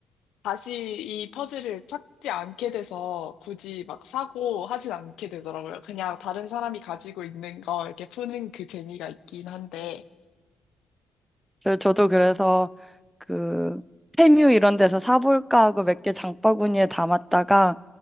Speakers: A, on the left (about 80°); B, in the centre.
A: 다시 이 퍼즐을 찾지 않게 돼서 굳이 막 사고 하진 않게 되더라고요. 그냥 다른 사람이 가지고 있는 거 이렇게 푸는 그 재미가 있긴 한데.
B: 저, 저도 그래서 그 페뮤 이런 데서 사볼까 하고 몇 개 장바구니에 담았다가